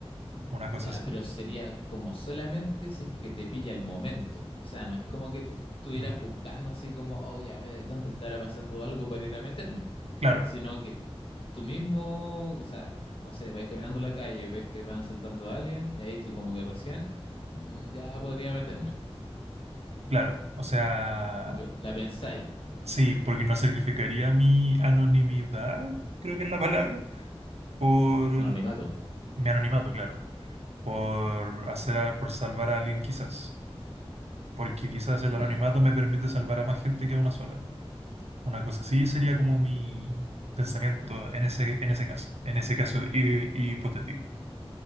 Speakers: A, on the right; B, on the left.
A: una cosa
B: ya,
A: así.
B: pero sería como solamente si es que te pilla el momento. O sea, no es como que tú estuvieras
A: Mm,
B: buscando así como, oh, ya ve, ¿dónde estará pasando algo para ir a meterme?
A: Claro,
B: Sino que tú mismo, o sea, no sé, vais caminando la calle, ves que van asaltando a alguien, y ahí tú como que recién, "Mm, ya podría meterme.
A: claro. O sea,
B: Como que la pensáis,
A: sí, porque no sacrificaría mi anonimidad, creo que es la palabra, por
B: anonimato.
A: mi anonimato, claro, por hacer, a- por salvar a alguien quizás. porque quizás el
B: Ya,
A: anonimato me permite salvar a más gente que a una sola. Una cosa así sería como mi pensamiento en ese, en ese caso, en ese caso hi- hipotético.